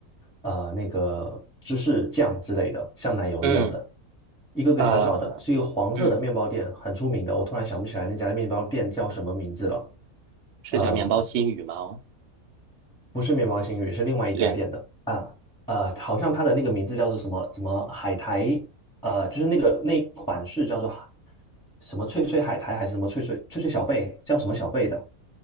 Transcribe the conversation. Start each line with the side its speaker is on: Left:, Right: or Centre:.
Centre: 呃那个芝士酱之类的，像奶油一样的，
Right: 嗯，
Centre: 一个个小小的，
Right: 啊，
Centre: 是一个黄色的面包店，
Right: 嗯，
Centre: 很出名的。我突然想不起来那家面包店叫什么名字了。
Right: 是叫面包新语吗？
Centre: 呃，
Right: 哦
Centre: 不是面包新语，是另外一家店的啊，
Right: 连。
Centre: 呃，好像它的那个名字叫做什么什么海苔，
Right: 哦。
Centre: 呃，就是那个那一款是叫做海什么脆脆海苔还是什么脆脆脆脆小贝，叫什么小贝的